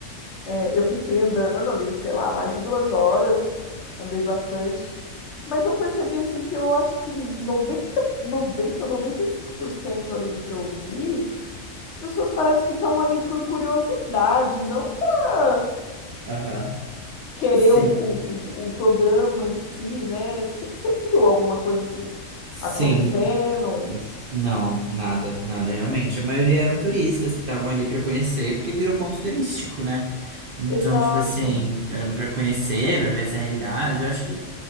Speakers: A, on the left; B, on the right.
A: é, eu fiquei andando ali, sei lá, mais de duas horas, andei bastante, mas eu percebi assim que eu acho que noventa noventa noventa e cinco por cento ali do que eu vi, as pessoas parecem que estão ali por curiosidade, não para
B: Aham.
A: querer
B: Sim.
A: o, o, o programa em si, né? Você viu alguma coisa assim
B: Sim,
A: acontecendo?
B: Não, nada, nada, realmente. A maioria eram turistas que estavam ali pra conhecer, porque virou ponto turístico, né? Então,
A: Exato.
B: tipo assim, era pra conhecer, pra ver essa realidade. Eu acho que,